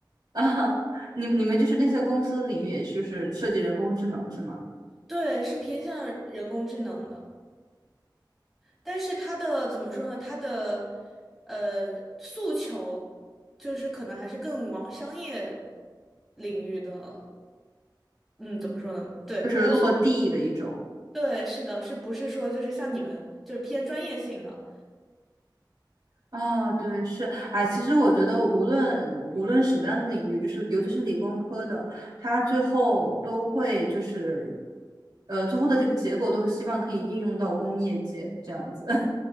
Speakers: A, on the right; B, in the centre.
A: 啊，你你们就是那些公司的领域，也就是设计人工智能是吗？
B: 对，是偏向人工智能的。但是他的怎么说呢？他的呃诉求就是可能还是更往商业领域的，嗯，怎么说呢？对，
A: 就是落地的一种。
B: 他的诉，对，是的，是不是说就是像你们就是偏专业性的？
A: 啊，对，是，哎，其实我觉得无论无论什么样的领域，就是尤其是理工科的，它最后都会就是，呃，最后的这个结果都是希望可以应用到工业界这样子。<laughs>